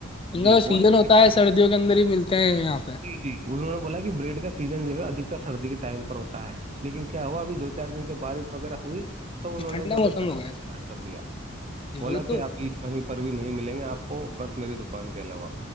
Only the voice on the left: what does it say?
ان
کا تو سیزن
ہوتا ہے
سردیوں کے اندر ہی ملتے ہیں یہاں پہ
ٹھنڈا
موسم
ہو گیا
یہ وہی
تو